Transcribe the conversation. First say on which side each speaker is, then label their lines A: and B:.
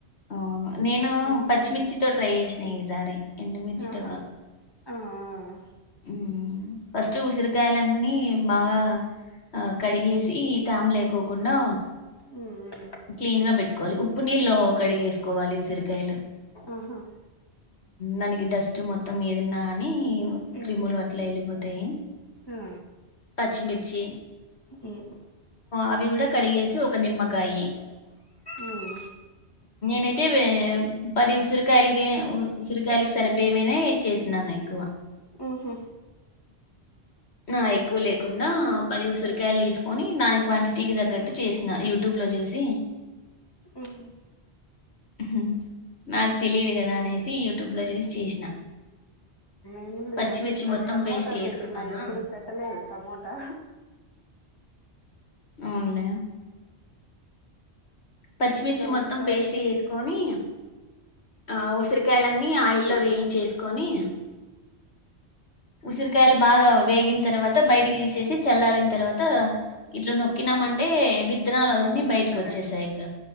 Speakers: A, on the left (about 70°); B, on the left (about 20°).
A: అవును నేను
B: మ్మ్
A: పచ్చిమిర్చితో ట్రై చేశ్న ఈసారి ఎండుమిర్చితో
B: ఆహా ఆ ఆ
A: ఉం ఫస్ట్ ఉసిరికాయలు అన్ని బాగా ఆ కడిగేసి తేమ లేకోకుండా
B: ఉం
A: క్లీన్ గా పెట్టు కొ ఉప్పు నీళ్ళు కడిగి వేసుకోవాలి ఉసిరికాయలు
B: ఆహా
A: దానికి డస్ట్ మొత్తం ఏది ఉన్న నా ఈ
B: మ్మ్
A: క్రిములు అట్లా వెళ్ళిపోతాయి
B: ఆ
A: పచ్చిమిర్చి
B: మ్మ్
A: అవి కూడా కడిగేసి ఒక నిమ్మకాయి
B: ఉం
A: నయితే పది ఉసిరి ఉసిరికాయలకి ఉసిరికాయలకు సరిపోయిని చేసినాను ఎక్కువ
B: మ్హు
A: ఆ ఎక్కువ లేకుండా పది ఉసరి ఉకాయలు తీసుకొని దాని క్వాంటిటీకి తగ్గట్టు చేసిన యూట్యూబ్ లో చూసి
B: ఉం
A: హ నాకు తెలిదు కదా అనేసి యూట్యూబ్ లో చూసి చేసిన
B: ఇడు
A: పచ్చిమిర్చి
B: ఈ మద్య
A: మొత్తం
B: టమోటా
A: పేస్ట్ చేసుకున్నానా
B: పెట్టినా ఎప్పుడు పెట్టలేదు టమోటా
A: అవునులే పచ్చిమిర్చి
B: చూద్దాం
A: మొత్తం
B: ఒకసారి
A: పేస్ట్ చేసుకొని ఆ ఊసిరికాయలా మి ఆయిల్లో వేయించేసుకొని ఉసిరికాయలు బా త వేగిన తర్వాత బయటికి తీసేసి చల్లారిన తర్వాత ఇట్లా నొక్కినామ్
B: ఆ
A: అంటే విత్తనాలు అన్నీ
B: ఆ మెత్తగా
A: బయటకి వచ్చేసాయి ఇక